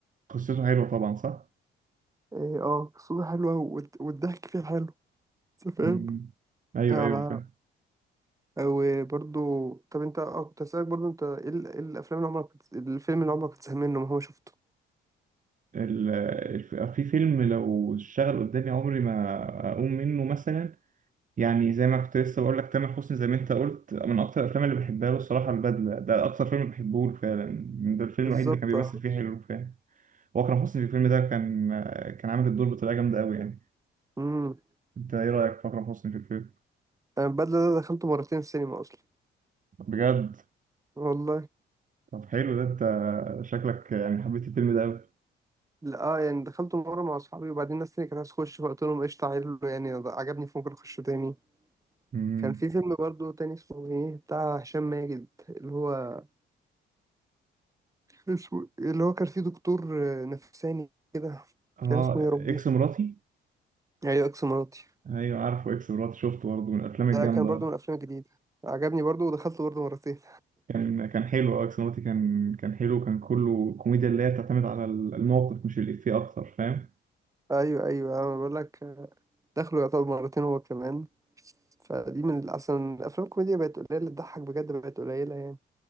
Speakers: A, on the right (about 40°); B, on the right (about 15°).
A: قصته حلوة طبعا صح؟
B: إيه، اه قصته حلوة والض- والضحك فيه حلو أنت فاهم
A: أمم، أيوه
B: على
A: أيوه فعلا
B: وبرضو طب أنت اه كنت هسألك برضو أنت إيه ال- إيه الأفلام اللي عمرك كنت- الفيلم اللي عمرك كنت زهقان منه ما هو شفته
A: ال- الف- في فيلم لو اشتغل قدامي عمري ما أقوم منه مثلا يعني زي ما كنت لسه بقول لك تامر حسني زي ما انت قلت من اكتر الافلام اللي بحبها له الصراحه البدله ده اكتر فيلم بحبه له فعلا ده الفيلم
B: بالظبط
A: الوحيد اللي كان بيمثل
B: اه.
A: فيه حلو فعلا واكرم حسني في الفيلم ده كان كان عامل الدور بطريقه جامده قوي يعني
B: امم
A: انت ايه رايك في اكرم حسني في الفيلم
B: أنا البدلة ده دخلته مرتين السينما أصلا
A: بجد
B: والله
A: طب حلو ده انت شكلك يعني حبيت الفيلم ده قوي
B: لا اه يعني دخلته مرة مع أصحابي وبعدين الناس تانية كانت عايزة تخش فقلت لهم قشطة عيل يعني عجبني فممكن أخش تاني
A: امم
B: كان في فيلم برضو تاني اسمه ايه بتاع هشام ماجد اللي هو اسمه اللي هو كان فيه دكتور آه، نفساني كده
A: اه
B: كان اسمه يا ربي
A: اكس مراتي
B: ايوه اكس مراتي
A: ايوه عارفه اكس مراتي شفته برضه من الافلام الجامده
B: ده كان برضو من الافلام الجديدة عجبني برضو ودخلته برضو مرتين
A: كان كان حلو اه اكس مراتي كان كان حلو كان كله كوميديا اللي هي بتعتمد على الموقف مش الافيه اكتر فاهم
B: <laughs> ايوه ايوه انا بقول لك دخله يعتبر مرتين هو كمان فدي من اصلا الافلام الكوميديا بقت قليله تضحك بجد بقت قليله يعني